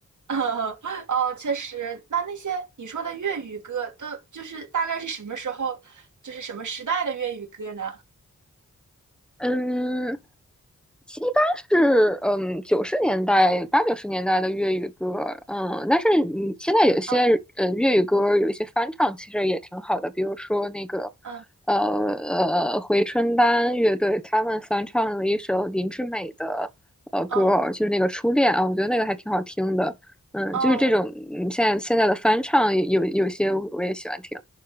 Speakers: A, on the right; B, in the centre.
A: <laughs> 呃，哦，确实，那那些你说的粤语歌，都就是大概是什么时候，就是什么时代的粤语歌呢？
B: 嗯，其一般是嗯九十年代八九十年代的粤语歌，嗯，但是你现在有些呃粤语歌有一些翻唱，
A: 嗯
B: 其实也挺好的，比如说那个
A: 嗯，
B: 呃呃回春丹乐队他们翻唱了一首林志美的呃歌儿就是那个初恋啊，
A: 哦
B: 我觉得那个还挺好听的，嗯，
A: 哦
B: 就是这种嗯现在现在的翻唱有有些我也喜欢听。